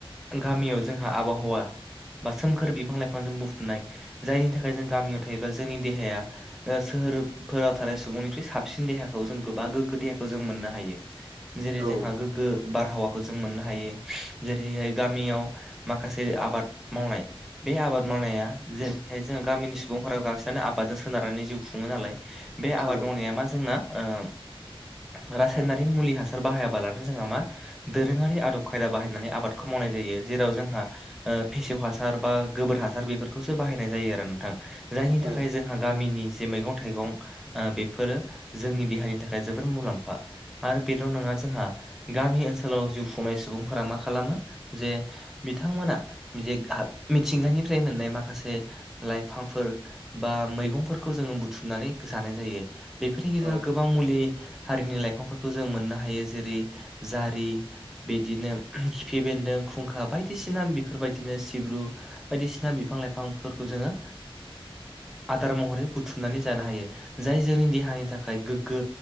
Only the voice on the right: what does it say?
औ
नोंथां
औ नोंथां
औ
औ